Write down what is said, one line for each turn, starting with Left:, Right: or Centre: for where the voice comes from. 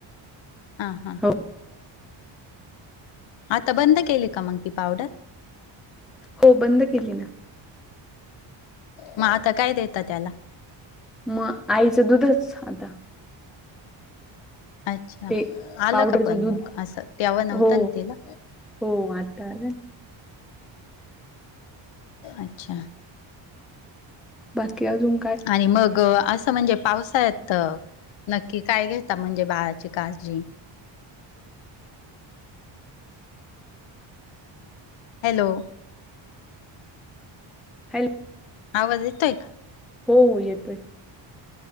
Left: हा हा.
Centre: हो,
Left: आता बंद केली का मंग ती पावडर?
Centre: हो बंद केली ना.
Left: म आता काय देता त्याला?
Centre: म आईचं दुधंच आता
Left: अच्छा
Centre: ते
Left: आलं
Centre: पावडरचं
Left: का पण
Centre: दूध
Left: मग असं तेव्हा नव्हतं
Centre: हो,
Left: ना तिला
Centre: हो आत्ता आलं
Left: अच्छा.
Centre: बाकी अजून काय?
Left: आणि मग असं म्हणजे पावसाळ्यात नक्की काय घेता म्हणजे बाळाची काळजी? हॅलो.
Centre: हॅ
Left: आवाज येतोय का?
Centre: हो हो येतोय.